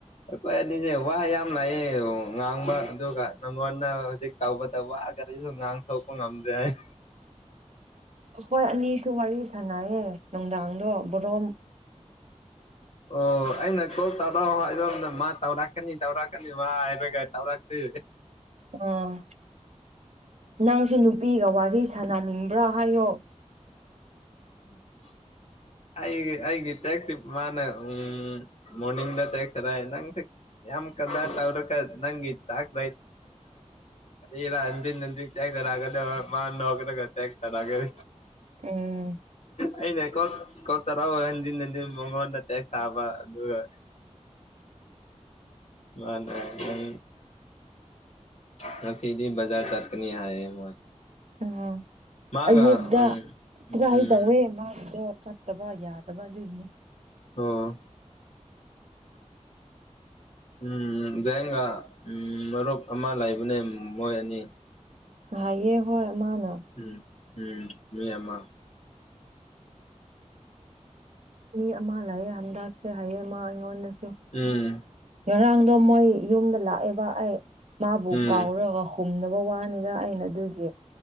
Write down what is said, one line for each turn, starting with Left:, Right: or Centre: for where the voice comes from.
Left: ꯑꯩꯈꯣꯏ ꯑꯅꯤꯅꯦ ꯋꯥ ꯌꯥꯝ ꯂꯥꯛꯑ ꯉꯥꯡꯕ ꯑꯗꯨꯒ ꯅꯪꯉꯣꯟꯗ ꯍꯧꯖꯤꯛ ꯇꯧꯕ ꯇꯧꯕ ꯀꯔꯤ ꯁꯨꯝ ꯉꯥꯡ ꯊꯣꯛꯄ ꯉꯝꯗ꯭ꯔꯦ ꯑꯩ
Right: ꯑꯩꯈꯣꯏ ꯑꯅꯤꯁꯨ ꯋꯥꯔꯤ ꯁꯥꯟꯅꯩꯌꯦ ꯅꯨꯡꯗꯥꯡꯗꯣ ꯕꯣꯔꯣ <unintelligible>
Left: ꯑꯣ ꯑꯩꯅ ꯀꯣꯜ ꯇꯧꯔꯛꯑꯣ ꯍꯥꯏꯔꯝꯗ ꯃꯥ ꯇꯧꯔꯛꯀꯅꯤ ꯇꯧꯔꯛꯀꯅꯤ ꯃꯥ ꯍꯥꯏꯔꯒ ꯇꯧꯔꯛꯇꯦ
Right: ꯑꯥ ꯅꯪꯁꯨ ꯅꯨꯄꯤꯒ ꯋꯥꯔꯤ ꯁꯥꯟꯅꯅꯤꯡꯕ꯭ꯔꯥ ꯍꯥꯏꯌꯣ
Left: ꯎꯝ <inaudible> ꯑꯩꯒꯤ ꯑꯩꯒꯤ ꯇꯦꯛꯁꯁꯤꯞ ꯃꯥꯅ ꯎꯝ ꯃꯣꯔꯅꯤꯡꯗ ꯇꯦꯛꯁ ꯊꯥꯔꯛꯑꯦ ꯅꯪꯁꯦ ꯌꯥꯝ ꯀꯗꯥꯇ꯭ꯔ ꯇꯧꯔꯒꯥ ꯅꯪꯒꯤ ꯆꯥꯛ ꯂꯩ ꯏꯇ ꯅꯟꯖꯤ ꯅꯟꯖꯤ ꯆꯒꯗ ꯃꯥ ꯅ ꯇꯔꯒ <unintelligible>
Right: ꯎꯝ
Left: ꯑꯩꯅ ꯀꯣꯛ ꯀꯣꯛ ꯇꯔꯥ ꯍ ꯍꯟꯖꯤꯟ ꯍꯟꯖꯤꯟ ꯃꯉꯣꯟꯗ ꯇꯦꯛ ꯁꯥꯥꯕ ꯑꯗꯨꯒ ꯃꯥꯅ ꯑꯩ ꯉꯁꯤꯗꯤ ꯕꯖꯥꯔ ꯆꯠꯀꯅꯤ ꯍꯥꯏꯔꯦ ꯃꯣꯏ
Right: ꯎꯝ
Left: ꯃꯥꯒ
Right: ꯑꯌꯨꯛꯗ
Left: ꯎꯝ ꯎꯝ
Right: ꯇ꯭ꯔꯥꯏ ꯇꯧꯋꯦ ꯃꯥꯒꯤꯗꯣ ꯆꯠ ꯠꯇꯕ ꯌꯥꯗꯕ ꯑꯗꯨꯒꯤꯅꯦ
Left: ꯑꯣ ꯎꯝ ꯖꯌꯦꯡꯒ ꯎꯝ ꯃꯔꯨꯞ ꯑꯃ ꯂꯩꯕꯅꯦ ꯃꯣꯏ ꯑꯅꯤ
Right: ꯍꯥ <inaudible> ꯑꯃꯅꯥ
Left: ꯎꯝ ꯎꯝ ꯃꯤ ꯑꯃ
Right: ꯃꯤ ꯑꯃ ꯂꯩꯌꯦ ꯍꯟꯗꯛꯁꯦ ꯍꯥꯏꯌꯦ ꯃꯥ ꯑꯩꯉꯣꯡꯗꯁꯨ
Left: ꯎꯝ
Right: ꯉꯔꯥꯡꯗꯣ ꯃꯣꯏ ꯌꯨꯝꯗ ꯂꯥꯛꯑꯦꯕ ꯑꯩ ꯃꯥꯕꯨ
Left: ꯎꯝ
Right: ꯀꯥꯎꯔꯒ ꯄꯨꯝꯗꯕ ꯋꯥꯅꯤꯗ ꯑꯩꯅ ꯑꯗꯨꯒꯤ